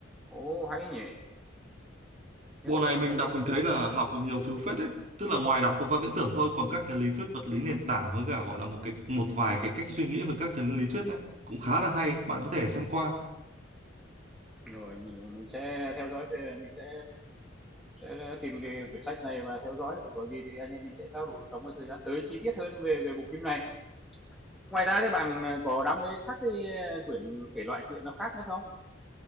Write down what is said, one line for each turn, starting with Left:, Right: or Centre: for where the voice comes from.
Centre: Ồ hay nhỉ.
Right: Bộ
Centre: Nhất là,
Right: này mình
Centre: là liên-
Right: đọc mình thấy là học được nhiều thứ phết đấy. Tức là ngoài đọc và viễn tưởng thôi, còn các cái lý thuyết vật lý nền tảng với cả gọi là một cái một vài cái cách suy nghĩ về các cái lý thuyết đấy cũng khá là hay, bạn có thể xem qua.
Centre: Rồi mình mình sẽ theo dõi về mình sẽ sẽ tìm cái quyển sách này và theo dõi, rồi có gì thì anh em mình sẽ trao đổi trong cái thời gian tới chi tiết hơn về về bộ phim này. Ngoài ra thì bạn, ờ, có đam mê các cái, ơ, quyển thể loại truyện nào khác nữa không?